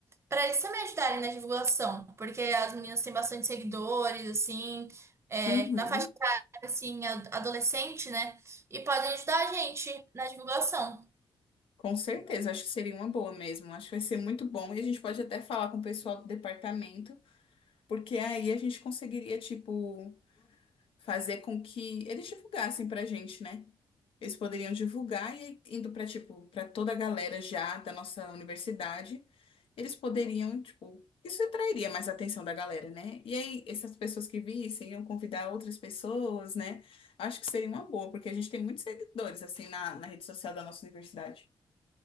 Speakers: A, on the right; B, on the left.
A: para eles também ajudarem na divulgação, porque as meninas têm bastante seguidores, assim, é,
B: uhum.
A: na faixa assim, ad- adolescente, né? E podem ajudar a gente na divulgação.
B: Com certeza, acho que seria uma boa mesmo. Acho que vai ser muito bom e a gente pode até falar com o pessoal do departamento, porque aí a gente conseguiria, tipo. fazer com que eles divulgassem pra gente, né? Eles poderiam divulgar e indo pra tipo para toda a galera já da nossa universidade, eles poderiam, tipo, isso atrairia mais a atenção da galera, né? E aí essas pessoas que vissem iam convidar outras pessoas, né? Acho que seria uma boa, porque a gente tem muitos seguidores assim na, na rede social da nossa universidade.